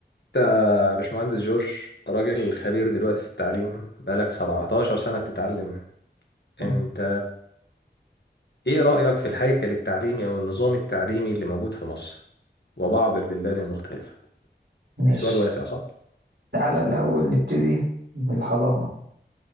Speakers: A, on the left; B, on the right.
A: انت باشمهندس جورج راجل خبير دلوقتي في التعليم بقالك 17 سنة بتتعلم
B: مم.
A: انت ايه رأيك في الهيكل التعليمي او النظام التعليمي اللي موجود في مصر وبعض البلدان المختلفة
B: ماشي
A: سؤال واسع صح؟
B: تعالى الأول نبتدي من الحضانة